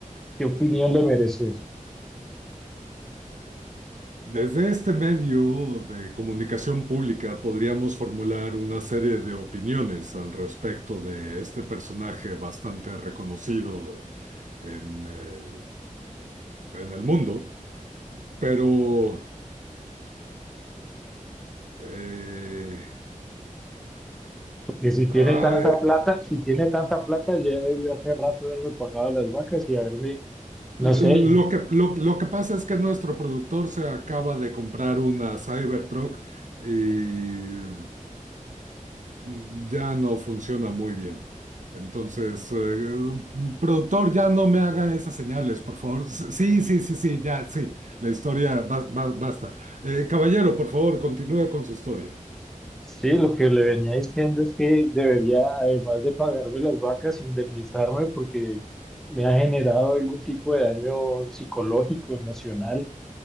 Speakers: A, in the centre; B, on the right.
A: ¿Qué opinión le merece eso?
B: Desde este medio de comunicación pública podríamos formular una serie de opiniones al respecto de este personaje bastante reconocido en, eh, en el mundo, pero eh,
A: Porque si tiene
B: ah,
A: tanta plata, si tiene tanta plata, ya debió hace rato haberme pagado las vacas y haberme, no
B: lo
A: sé,
B: que, lo, lo que pasa es que nuestro productor se acaba de comprar una Cybertruck y mm, ya no funciona muy bien. Entonces, eh, mm, productor, ya no me haga esas señales, por favor. S- Sí, sí, sí, sí, ya, sí. La historia, ba- ba- basta. Eh, caballero, por favor, continúe con su historia.
A: sí, lo que le venía diciendo es que debería, además de pagarme las vacas, indemnizarme porque me ha generado algún tipo de daño psicológico, emocional.